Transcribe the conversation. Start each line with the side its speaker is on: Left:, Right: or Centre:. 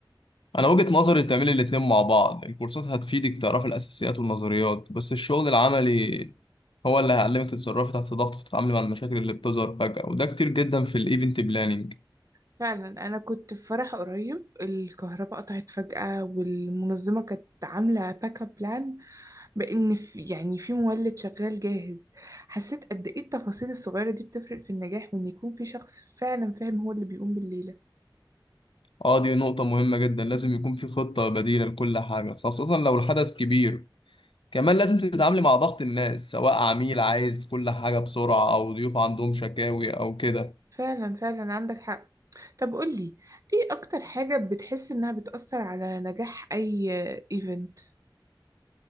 Left: أنا وجهة نظري تعملي الاتنين مع بعض الكورسات هتفيدك تعرفي الأساسيات والنظريات بس الشغل العملي هو اللي هيعلمك تتصرفي تحت ضغط وتتعاملي مع المشاكل اللي بتظهر فجأة وده كتير جدا في الإيفنت بلانينج
Right: فعلا انا كنت في فرح قريب الكهرباء قطعت فجأة والمنظمة كانت عاملة باك اب بلان بان في يعني في مولد شغال جاهز حسيت قد ايه التفاصيل الصغيرة دي بتفرق في النجاح وان يكون في شخص فعلا فاهم هو اللي بيقوم بالليلة
Left: اه دي نقطة مهمة جدا لازم يكون في خطة بديلة لكل حاجة خاصة لو الحدث كبير كمان لازم تتعاملي مع ضغط الناس سواء عميل عايز كل حاجة بسرعة أو ضيوف عندهم شكاوي أو كده
Right: فعلا فعلا عندك حق طب قولي ايه اكتر حاجة بتحس انها بتأثر على نجاح اي ايفنت